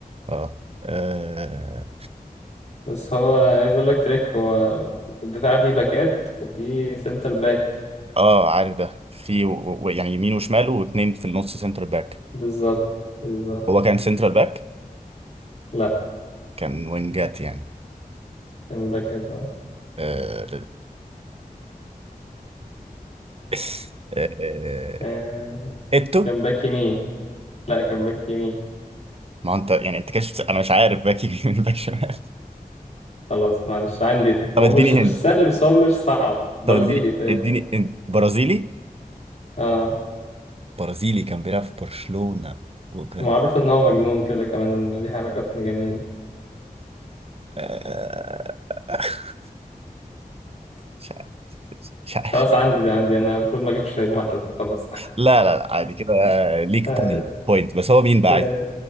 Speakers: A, on the right (about 40°); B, on the left (about 45°).
A: اه اه
B: بس هو عايز أقول لك تريك هو الدفاع فيه باكات وفيه سنتر باك
A: آه، عارف ده في و... و... يعني يمين وشمال واتنين في النص سنتر باك
B: بالظبط بالظبط
A: هو كان سنترال باك
B: لا
A: كان وينجات يعني
B: كان باكات آه.
A: آه، <laughs> آه،
B: آه،
A: اتو
B: كان باك يمين لا كان باك يمين
A: ما هو انت يعني انت كده شفت- انا مش عارف باك يمين باك شمال
B: خلاص معلش عندي ده
A: طب
B: هو
A: اديني
B: مش مش
A: هند
B: سهل بس هو مش صعب برازيلي
A: طب اديني
B: طيب
A: اديني
B: هو.
A: هند. برازيلي
B: اه
A: برازيلي كان بيلعب في برشلونة وكان
B: معروف ان هو مجنون كده كمان ليه حركات مجانين
A: آه، <laughs> مش عارف مش عارف
B: خلاص عندي ده عندي انا المفروض ما اجيبش لعيب معتاد خلاص
A: لا لا لا عادي كده آه، ليك
B: <laughs> آه،
A: بوينت بوينت بس هو مين بقى
B: آه،
A: عايز